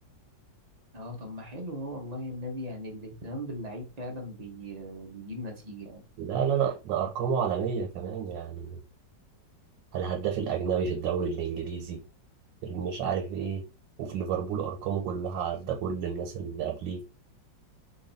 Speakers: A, on the right; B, on the right.
A: اه طب ما حلو هو والله النادي يعني الاهتمام باللعيب فعلا بي... بيجيب نتيجة يعني
B: لا لا لا ده أرقامه عالمية كمان يعني الهداف الأجنبي في الدوري الإنجليزي مش عارف ايه وفي ليفربول ارقامه كلها عدى كل الناس اللي قبليه